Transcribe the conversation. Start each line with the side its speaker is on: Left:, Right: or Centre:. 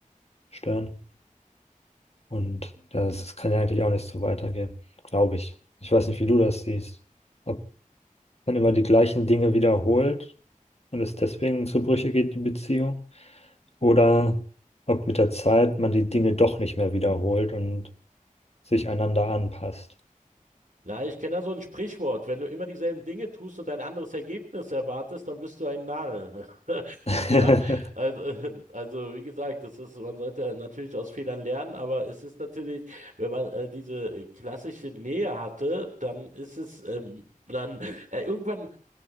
Left: stören. Und das, kann ja eigentlich auch nicht so weitergehen, glaube ich. Ich weiß nicht, wie du das siehst. Ob man immer die gleichen Dinge wiederholt und es deswegen zu Brüche geht, die Beziehung. Oder ob mit der Zeit man die Dinge doch nicht mehr wiederholt und sich einander anpasst.
Right: Na, ich kenne da so ein Sprichwort. Wenn du immer dieselben Dinge tust und ein anderes Ergebnis erwartest, dann bist du ein Narr. <laughs>
Left: <laughs>
Right: Ja, also, äh, also wie gesagt, das ist, man sollte natürlich aus Fehlern lernen, aber es ist natürlich, wenn man äh, diese klassische Nähe hatte, dann ist es, ähm, dann äh, irgendwann